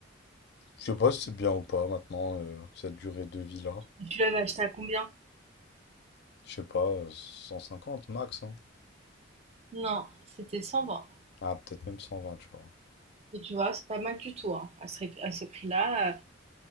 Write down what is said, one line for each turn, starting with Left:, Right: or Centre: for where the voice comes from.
Left: Je sais pas si c'est bien ou pas maintenant, euh, cette durée de vie-là.
Right: Et tu l'avais acheté à combien?
Left: Je sais pas, euh, 150 max, hein.
Right: Non, c'était 120.
Left: Ah, peut-être même 120, tu vois.
Right: Et tu vois, c'est pas mal du tout, hein, à ce, ré- à ce prix-là. euh,